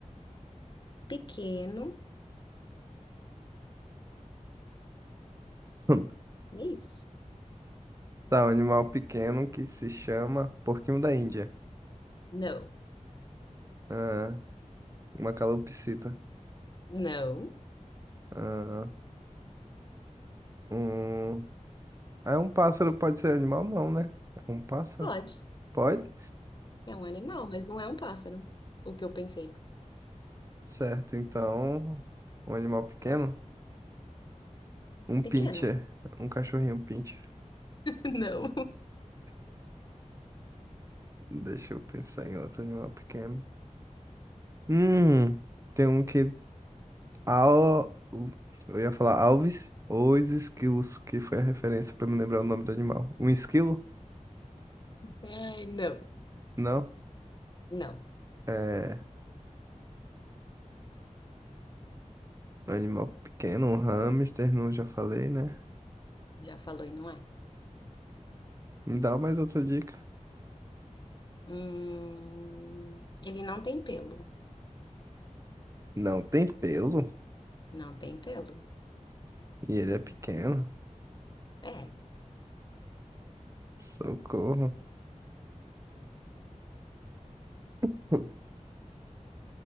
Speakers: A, on the left (about 35°); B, on the right (about 25°).
A: pequeno.
B: <laughs>
A: É Isso.
B: Tá, um animal pequeno que se chama porquinho da Índia.
A: Não.
B: Ah, uma calopsita.
A: Não.
B: Ah, um... Ah, um pássaro pode ser animal? Não, né? Um pássaro?
A: Pode.
B: Pode?
A: É um animal, mas não é um pássaro. O que eu pensei.
B: Certo, então... Um animal pequeno? Um
A: Pequeno.
B: pincher. Um cachorrinho pincher.
A: <laughs> Não.
B: Deixa eu pensar em outro animal pequeno. Hum, tem um que... Al... o- Eu ia falar alves ou os esquilos, que foi a referência pra me lembrar o nome do animal. Um esquilo?
A: Ai, não.
B: Não?
A: Não.
B: É... Um animal pequeno, um hamster, não já falei, né?
A: Já falou e não é.
B: Me dá mais outra dica.
A: Hum, ele não tem pelo.
B: Não tem pelo
A: Não tem pelo.
B: e ele é pequeno.
A: É.
B: Socorro. <laughs>